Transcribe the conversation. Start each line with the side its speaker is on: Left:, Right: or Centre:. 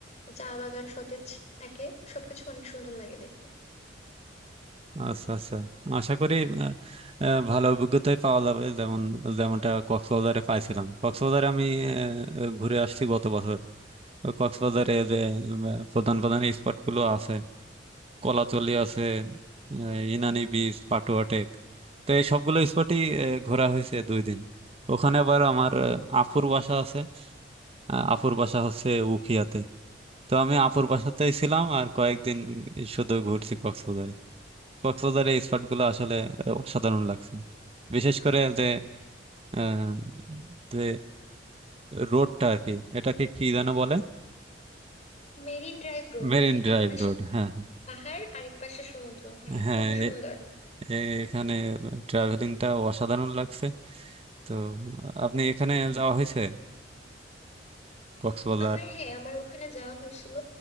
Left: চা বাগান সতেজ থাকে সবকিছু অনেক সুন্দর লাগে দেখতে
Right: আচ্ছা আচ্ছা। আশা করি আহ, আহ, ভালো অভিজ্ঞতাই পাওয়া যাবে যেমন যেমনটা কক্সবাজারে পাইছিলাম কক্সবাজারে আমি আহ, ঘুরে আসছি গত বছর তো কক্সবাজারে যে উম, আহ, প্রধান প্রধান স্পট গুলো আছে কলাতলি আছে আহ, ইনানি বিচ পাটুয়া টেক তো এই সবগুলো স্পটই আহ, ঘোরা হয়েছে দুই দিন ওখানে আবার আমার আহ, আপুর বাসা আছে আহ, আপুর বাসা হচ্ছে উখিয়াতে তো আমি আপুর বাসাতেই ছিলাম আর কয়েকদিন শুধু ঘুরছি কক্সবাজারে কক্সবাজারে এই স্পট গুলো আসলে আহ, অসাধারণ লাগছে বিশেষ করে যে আহ, যে রোডটা আর কি এটাকে কি যেন বলে
Left: মেরিন ড্রাইভ রোড
Right: Marine
Left: হ্যাঁ
Right: drive
Left: একপাশে
Right: road হ্যাঁ
Left: পাহাড় আর এক পাশে সমুদ্র হ্যাঁ
Right: হ্যাঁ হ্যাঁ,
Left: খুবই সুন্দর
Right: এ- এ- এখানে ট্রাভেলিংটা অসাধারণ লাগছে তো আপনি এখানে যাওয়া হয়েছে কক্সবাজার
Left: আমার হ্যাঁ আমার ওখানে যাওয়া হয়েছিল